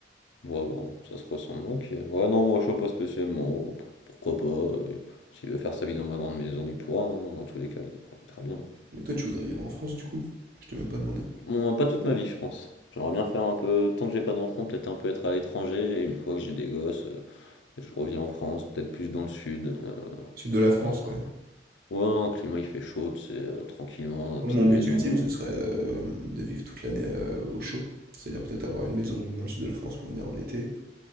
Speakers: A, on the left; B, on the right.
A: Ouais, bon, ça se ressemble. Ok. Ouais, non, moi je vois pas spécialement. Oh, Pourquoi pas? euh, S'il veut faire sa vie dans ma grande maison, il pourra. hein, Dans tous les cas, il profitera bien.
B: Mais toi, tu voudrais vivre en France, du coup? Je t'ai même pas demandé.
A: Bon, pas toute ma vie, je pense. J'aimerais bien faire un peu, tant que j'ai pas d'enfants, peut-être un peu être à l'étranger. Et une fois que j'ai des gosses, euh, je reviens en France, peut-être plus dans le sud. euh,
B: Sud de la France,
A: dans un-
B: ouais.
A: Ouais, un climat il fait chaud, c'est tranquillement, dans la
B: Moi,
A: petite
B: Mon but
A: maison.
B: ultime, ce serait euh, de vivre toute l'année euh, au chaud. C'est-à-dire peut-être avoir une maison dans le sud de la France pour venir en été.